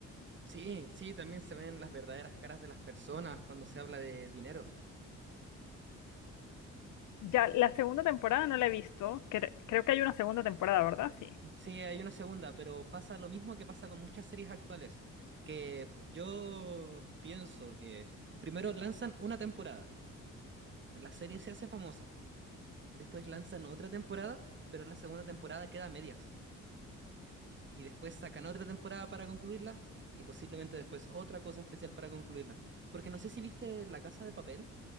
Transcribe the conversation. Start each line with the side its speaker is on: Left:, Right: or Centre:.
Right: Sí, sí, también se ven las verdaderas caras de las personas cuando se habla de dinero.
Left: Ya la segunda temporada no la he visto. cre- creo que hay una segunda temporada, ¿verdad? Sí.
Right: Sí, hay una segunda, pero pasa lo mismo que pasa con muchas series actuales, que yo pienso que primero lanzan una temporada, la serie se hace famosa, después lanzan otra temporada, pero la segunda temporada queda a medias, y después sacan otra temporada para concluirla, y posiblemente después otra cosa especial para concluirla. Porque no sé si viste La Casa de Papel